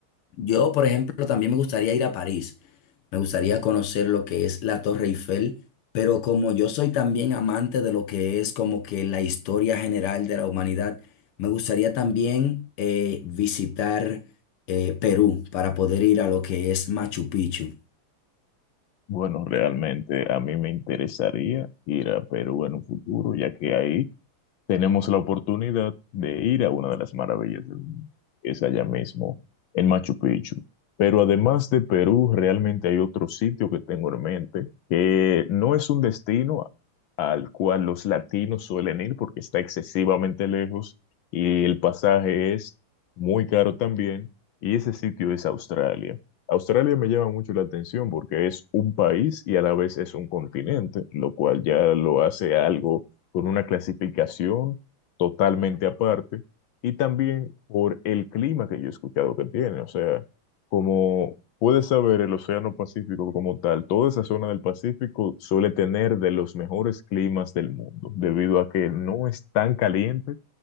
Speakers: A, on the left; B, on the left.
A: Yo, por ejemplo, también me gustaría ir a París. Me gustaría conocer lo que es la Torre Eiffel, pero como yo soy también amante de lo que es como que la historia general de la humanidad, me gustaría también eh, visitar eh, Perú para poder ir a lo que es Machu Picchu.
B: Bueno, realmente a mí me interesaría ir a Perú en un futuro, ya que ahí tenemos la oportunidad de ir a una de las maravillas del mundo, que es allá mismo, en Machu Picchu. Pero además de Perú, realmente hay otro sitio que tengo en mente, que no es un destino al cual los latinos suelen ir porque está excesivamente lejos y el pasaje es muy caro también, y ese sitio es Australia. Australia me llama mucho la atención porque es un país y a la vez es un continente, lo cual ya lo hace algo con una clasificación totalmente aparte y también por el clima que yo he escuchado que tiene. O sea, como puedes saber, el Océano Pacífico como tal, toda esa zona del Pacífico suele tener de los mejores climas del mundo, debido a que no es tan caliente,